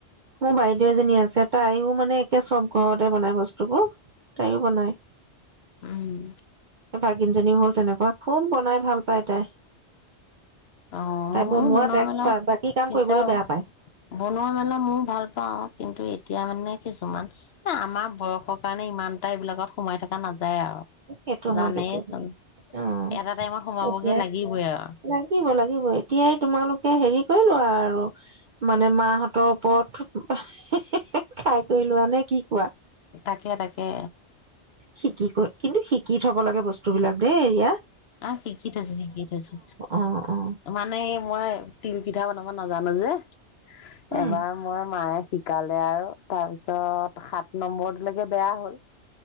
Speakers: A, on the right; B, on the left.
A: মোৰ বাইদেউ এজনী আছে তাইও মানে একে চব ঘৰতে বনাই বস্তুবোৰ, তাইও বনায়।
B: উম।
A: ভাগিনজনীও হল তেনেকুৱা, খুব বনাই ভাল পায় তাই
B: অ
A: তাই বনোৱাত
B: বনোৱা
A: এক্সপাৰ্ট
B: মেলোৱাত
A: বাকী কাম
B: বিচাৰো
A: কৰিবলৈ বেয়া পায়।
B: বনোৱা মেলা মোৰ ভাল পাও কিন্তু এতিয়া মানে কিছুমান আ-আমাৰ বয়সৰ কাৰণে ইমান এটা এইবিলাকত সোমাই থকা নাযায় যায় আৰু।
A: সেইটো
B: জানেই
A: হয় সেইটো
B: চোন
A: হয় অ
B: এটা টাইমত সোমাবগে
A: এতিয়া
B: লাগিবই আৰু
A: লাগিব লাগিব এতিয়াই তোমালোকে হেৰি কৰিলোৱা আৰু মানে মাহঁতৰ ওপৰত <unintelligible> খাই কৰি লোৱা নে কি কোৱা?
B: তাকে তাকে
A: শিকি কৰি কিন্তু শিকি থব লাগে বস্তুবিলাক দেই এইয়া
B: আহ শিকি থৈছো-শিকি থৈছো
A: অ অ
B: মানে এইয়া মই তিল পিঠা বনাব নাজানো যে
A: উম
B: এবাৰ মই মায়ে শিকালে আৰু তাৰ পিছত সাত নম্বৰটোলৈকে বেয়া হল